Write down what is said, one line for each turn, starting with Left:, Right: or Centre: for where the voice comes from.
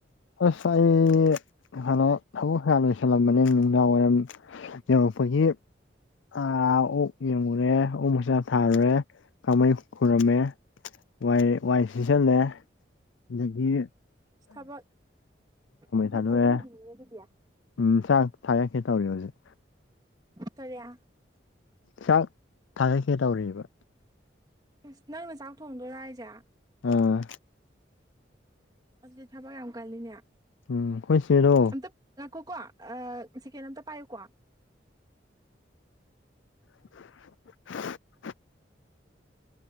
Left: ꯑꯁ ꯑꯩ ꯍꯜꯂꯣ ꯐꯃꯨꯡ ꯍꯥ ꯂꯣꯏꯁꯜꯂꯝꯕꯅꯦ ꯅꯨꯡꯗꯥꯡ ꯋꯥꯏꯔꯝ ꯌꯧꯔꯛꯄꯒꯤ ꯑꯥ ꯑꯣꯛ ꯌꯦꯡꯉꯨꯔꯦ ꯑꯣꯛ ꯃꯆꯥꯛ ꯊꯥꯔꯨꯔꯦ ꯀꯥꯡꯃꯩ ꯈꯨꯔꯝꯃꯦ ꯋꯥꯏ ꯋꯥꯏ ꯁꯤꯠꯆꯜꯂꯦ ꯗꯒꯤ
Right: ꯊꯕꯛ ꯊꯕꯛ
Left: ꯊꯥꯗꯣꯛꯑꯦ
Right: ꯑꯔꯣꯏꯕꯤꯅꯤ ꯑꯗꯨꯗꯤ
Left: ꯎꯝ ꯆꯥꯛ ꯊꯥꯒꯠꯀꯦ ꯇꯧꯔꯤ ꯍꯧꯖꯤꯛ
Right: ꯀꯔꯤꯌꯥ
Left: ꯆꯥꯛ ꯊꯥꯒꯠꯀꯦ ꯇꯧꯔꯤꯕ
Right: ꯑꯁ ꯅꯪꯅ ꯆꯥꯛ ꯊꯣꯡꯗꯣꯏꯔꯥ ꯍꯥꯏꯖꯦ
Left: ꯑꯥ
Right: ꯑꯗꯨꯗꯤ ꯊꯕꯛ ꯌꯥꯝ ꯀꯜꯂꯤꯅꯦ
Left: ꯎꯝ ꯈꯣꯏ ꯆꯦꯔꯣ
Right: ꯑꯝꯇ ꯉꯥꯢꯈꯣꯀꯣ ꯑ ꯁꯦꯀꯦꯟ ꯑꯝꯇ ꯄꯥꯏꯌꯨꯀꯣ
Left: <inaudible>